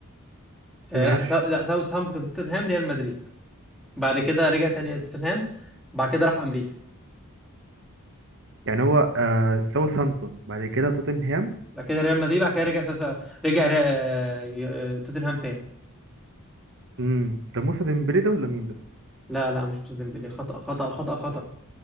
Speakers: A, in the centre; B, on the right.
A: آه...
B: ماشي
A: لا سا... لا ساوثهامبتون توتنهام ريال مدريد بعد كده رجع تاني توتنهام بعد كده راح امريكا
B: يعني هو آه ساوثهامبتون بعد كده توتنهام
A: بعد كده ريال مدريد بعد كده رجع ساوث... رجع ري... آه، توتنهام تاني
B: امم ده موسى ديمبلي ده ولا مين ده
A: لا لا مش مسلم ديمبلي خطأ خطأ خطأ خطأ